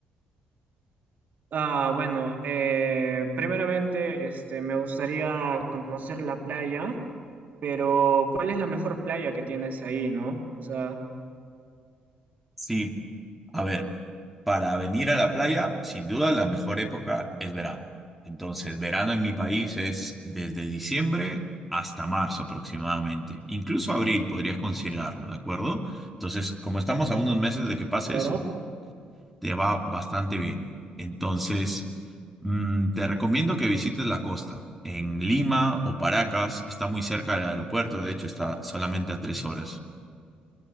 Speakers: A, on the right (about 50°); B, in the centre.
A: Ah, bueno, eh, primeramente, este, me gustaría conocer la playa, pero ¿cuál es la mejor playa que tienes ahí, no? O sea,
B: Sí, A ver, para venir a la playa, sin duda la mejor época es verano. Entonces, verano en mi país es desde diciembre hasta marzo aproximadamente. Incluso abril podrías considerarlo, ¿de acuerdo? Entonces, como estamos a unos meses de que pase
A: Claro.
B: eso, te va bastante bien. Entonces, mm, te recomiendo que visites la costa. En Lima o Paracas, está muy cerca del aeropuerto, de hecho está solamente a tres horas.